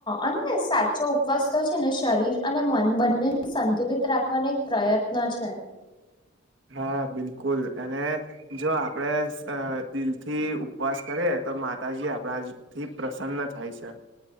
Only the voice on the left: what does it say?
અને સાચો ઉપવાસ તો છે ને શરીર અને મન બંને સંતુલિત રાખવાની. એક પ્રયત્ન છે